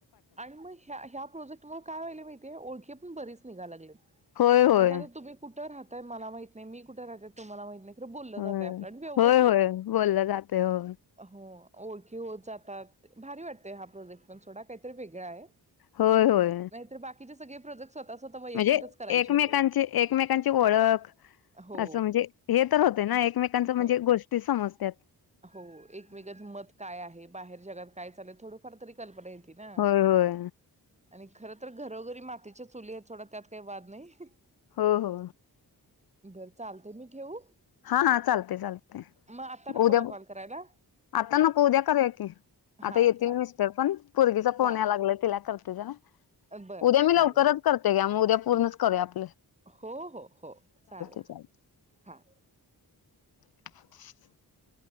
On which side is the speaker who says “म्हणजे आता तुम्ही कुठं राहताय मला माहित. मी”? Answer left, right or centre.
Right